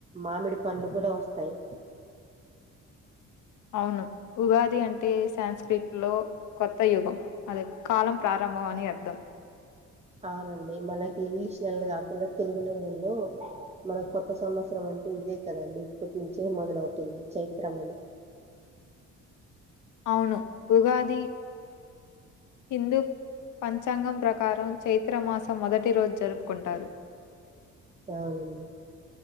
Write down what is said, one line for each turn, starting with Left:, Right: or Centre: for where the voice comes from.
Right: మామిడి పండ్లు కూడ వస్తాయి
Left: అవును ఉగాది అంటే సాన్స్క్రిట్ లో కొత్త యుగం అది కాలం ప్రారంభం అని అర్థం
Right: అవునండి మనకి ఇంగ్లీష్ నెలలు కాకుండ తెలుగు నెలల్లో మన కొత్త సంవత్సరం అంటే ఇదే కదండి ఇప్పటి నుంచే మొదలవుతుంది చైత్రములు
Left: అవును ఉగాది హిందు పంచాంగం ప్రకారం చైత్ర మాసం మొదటి రోజ్ జరుపుకుంటారు
Right: బాగుందండి